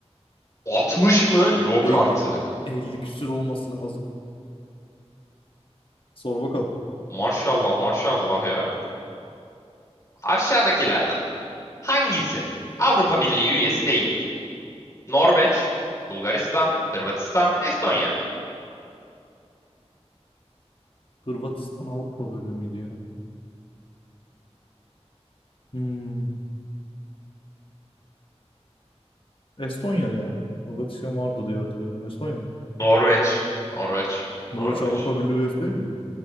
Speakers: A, on the left; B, on the left.
A: 60 mı? Yok
B: E,
A: artık.
B: e, 50 küsür olması lazım. Sor bakalım.
A: Maşallah maşallah ya. Aşağıdakilerden. Hangisi Avrupa Birliği üyesi değildir? Norveç, Bulgaristan, Hırvatistan, Estonya.
B: Hırvatistan Avrupa bölümüydü ya. Hmm, Estonya ya. Hırvatistan vardı diye hatırlıyorum. Estonya mı?
A: Norveç, Norveç,
B: Norveç
A: Norveç.
B: Avrupa Birliği üyesi değil mi?